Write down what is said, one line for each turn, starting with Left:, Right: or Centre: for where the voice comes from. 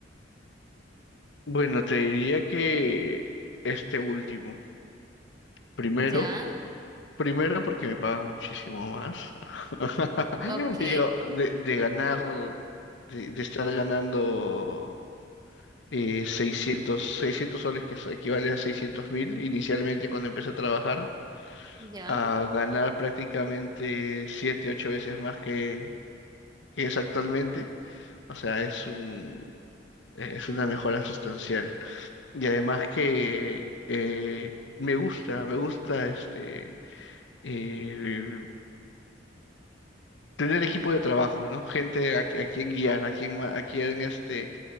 Left: bueno, te diría que este último, primero.
Right: Ya,
Left: Primero porque me pagan muchísimo más. <laughs>
Right: ok,
Left: Digo, de, de ganar, de, de estar ganando eh, 600 600 soles, que eso equivale a seiscientos mil inicialmente cuando empecé a trabajar,
Right: ya,
Left: a ganar prácticamente 7 8 veces más que, que es actualmente. O sea, es un, es una mejora sustancial. Y además que eh, me gusta, me gusta este... eh, tener equipo de trabajo, ¿no? Gente a, qui- a quien guiar, a quien, ma- a quien, este,